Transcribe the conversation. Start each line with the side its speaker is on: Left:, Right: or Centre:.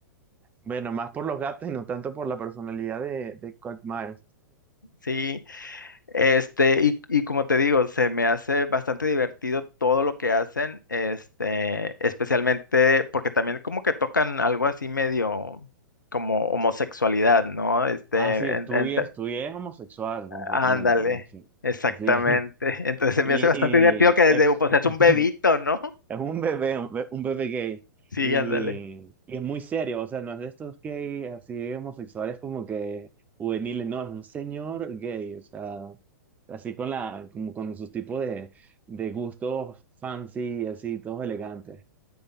Right: Bueno, más por los gatos y no tanto por la personalidad de, de Kurt Myers.
Left: sí, este, y, y como te digo, se me hace bastante divertido todo lo que hacen, este, especialmente porque también como que tocan algo así medio como homosexualidad, ¿no? Este,
Right: Ah, sí, estudié,
Left: en- en-
Right: estudié homosexual completamente.
Left: ándale,
Right: en fin.
Left: exactamente,
Right: Sí. <laughs>
Left: <laughs> entonces se
Right: Y,
Left: me hace bastante divertido
Right: y
Left: que desde,
Right: es,
Left: pues
Right: <laughs>
Left: es un bebito, ¿no?
Right: es un bebé, un be- un bebé gay.
Left: Sí,
Right: Y,
Left: ándale.
Right: y es muy serio, o sea, no es de estos gays así homosexuales como que juveniles, no, es un señor gay, o sea, así con la, como con sus tipos de, de gustos fancy, así, todos elegantes.